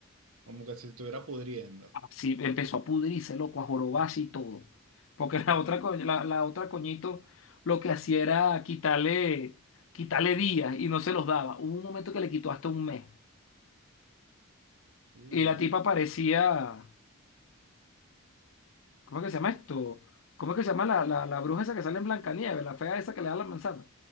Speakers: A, on the right; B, on the left.
A: Como que si estuviera pudriendo.
B: así empezó a pudrirse, loco, a jorobarse y todo. Porque la otra, co- la, la otra coñito lo que hacía era quitarle, quitarle días y no se los daba. Hubo un momento que le quitó hasta un mes.
A: Uy.
B: Y la tipa parecía ¿Cómo es que se llama esto? ¿Cómo es que se llama la, la, la bruja esa que sale en Blancanieves, la fea esa que le da la manzana?